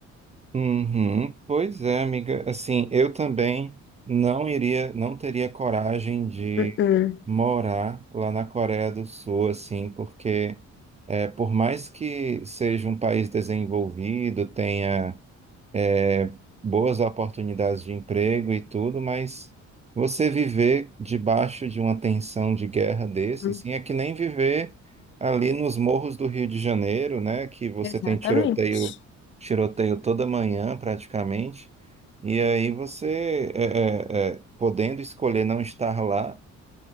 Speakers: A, on the right; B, on the left.
A: Uhum, pois é, amiga. Assim, eu também não iria, não teria coragem de
B: Uhum.
A: morar lá na Coreia do Sul, assim, porque é, por mais que seja um país desenvolvido, tenha é, boas oportunidades de emprego e tudo, mas você viver debaixo de uma tensão de guerra desse,
B: Uhum.
A: assim, é que nem viver ali nos morros do Rio de Janeiro, né, que você
B: Exatamente.
A: tem tiroteio, tiroteio toda manhã praticamente, e aí você, é, é, é, podendo escolher não estar lá,